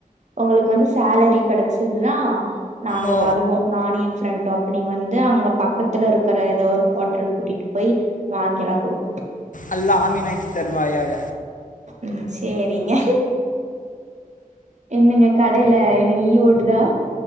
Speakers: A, on the right (about 55°); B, on the left (about 65°).
A: உங்களுக்கு வந்து சேலரி கெடச்சதுன்னா நாங்க
B: ஓ
A: வருவோ நானு எ ஃப்ரெண்டு அப்ப நீங்க வந்து அங்க பக்கத்துல இருக்கிற ஏதோ ஒரு ஹோட்டல கூட்டிட்டு போய் வாங்கி எல்லா குடுக்
B: அல்லா அமினா சர்மாயாக
A: ம் சேரிங்க என்னங்க கடையில என்ன ஈ ஓட்டுதா